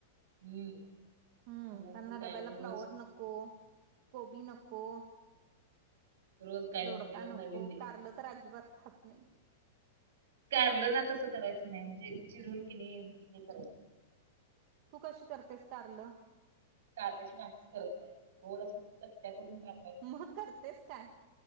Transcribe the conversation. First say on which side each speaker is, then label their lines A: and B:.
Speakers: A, on the right; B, on the right.
A: हम्म
B: हम्म
A: मुलांचं
B: त्यांना
A: काय
B: डब्याला
A: रोज
B: फ्लावर नको नको कोबी नको
A: रोज काय नाही
B: दोडका
A: तर काय
B: नको
A: नवीन दे
B: कारल तर अजिबात खात नाही
A: कारलं ना तसं करायचं नाही म्हणजे चिरून कि नाही हे करायच
B: तू कशी करतेस कारल
A: कारल्याची भाजीच करत नाही गोल अस सत्या करून का
B: मग करतेस काय